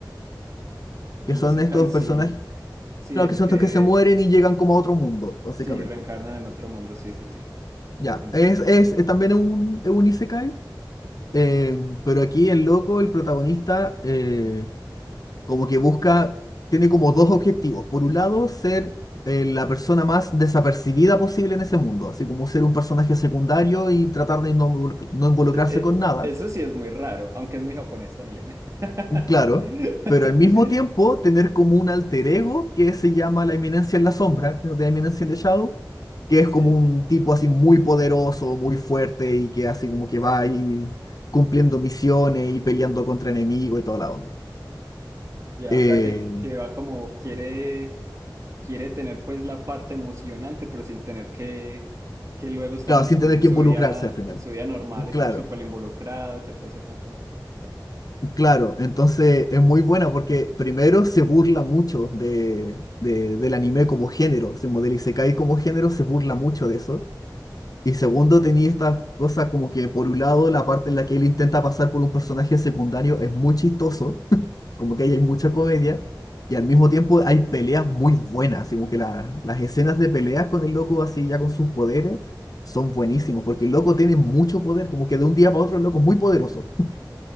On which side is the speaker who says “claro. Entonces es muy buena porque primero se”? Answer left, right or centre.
Left